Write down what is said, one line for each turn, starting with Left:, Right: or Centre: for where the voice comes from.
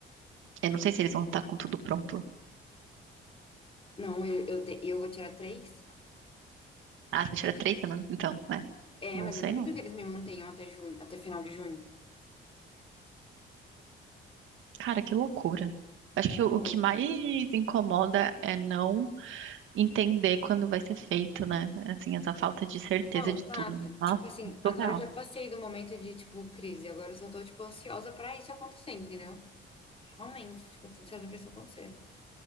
Right: Eu não sei se eles vão estar com tudo pronto.
Left: Não, eu, eu, te- eu vou tirar três.
Right: Ah, você vai tirar três semanas, então, é.
Left: É,
Right: Não
Left: mas
Right: sei
Left: eu duvido
Right: não.
Left: que eles me mantenham até junho, até final de junho.
Right: Cara, que loucura. Acho que
Left: Tipo,
Right: o, o que mais incomoda é não entender quando vai ser feito, né? Assim, essa falta de certeza
Left: não,
Right: de
Left: exato.
Right: tudo. Nossa,
Left: Tipo assim, agora
Right: surreal.
Left: eu já passei do momento de, tipo, crise. Agora eu só tô, tipo, ansiosa pra isso acontecer, entendeu? Realmente, ficou tudo certo pra isso acontecer.